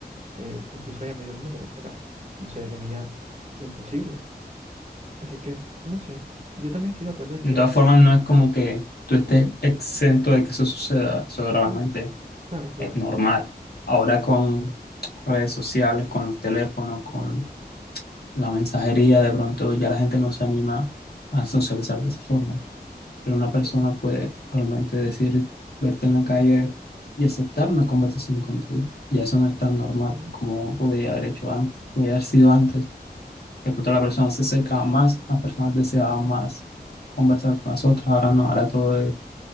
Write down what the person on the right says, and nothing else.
que incluso ella me dio el número, era, no sé, lo veía imposible. Así que, no sé, yo también estoy de acuerdo en
que...
¿Eh?
Claro, claro, claro.
Ok,
Sí,